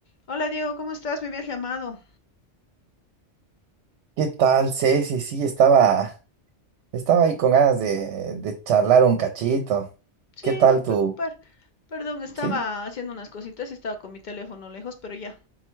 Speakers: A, on the left (about 50°); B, on the right (about 75°).
A: Hola Diego, ¿cómo estás? Me habías llamado.
B: ¿Qué tal, Ceci? Sí, estaba, estaba ahí con ganas de, de charlar un cachito.
A: Sí,
B: ¿Qué tal
A: no
B: tú?
A: preocupar. Perdón, estaba
B: Sí.
A: haciendo unas cositas y estaba con mi teléfono lejos, pero ya.